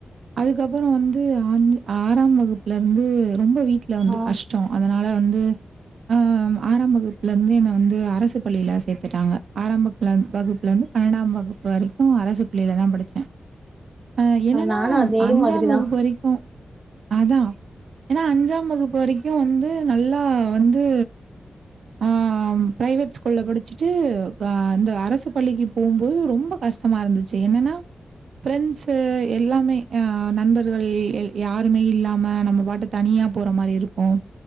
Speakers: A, on the right; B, on the right.
A: அதுக்கப்புறம் வந்து அஞ் ஆறாம் வகுப்பு ல இருந்து ரொம்ப வீட்ல வந்து
B: ஆ
A: கஷ்டோ அதனால வந்து ஆ ம் ஆ ஆறாம் வகுப்புல இந்து என்ன வந்து அரசு பள்ளியில சேத்துட்டாங்க ஆறாம் வகுப்புல இந் ஆறாம் வகுப்புல இந்து பன்னெண்டாம் வகுப் பு வரைக்கு அரசு பள்ளியில தா படிச்சே ஆ என்னன்னா
B: நானு அதே
A: அஞ்சாம்
B: மாதிரிதா
A: வகுப்பு வரைக்கு அதா ஏனா அஞ்சாம் வகுப்பு வரைக்கு வந்து நல்லா வந்து ஆ ப்ரைவேட் ஸ்கூல்ல படிச்சுட்டு க இந்த அரசு பள்ளிக்கு போகும்போது ரொம்ப கஷ்டமா இருந்துச்சு என்னனா ஃப்ரெண்ட்ஸ் எல்லாமே ஆ நண்பர்கள் யாருமே இல்லாம நம்ம பாட்டுக்கு தனியா போற மாரி இருக்கு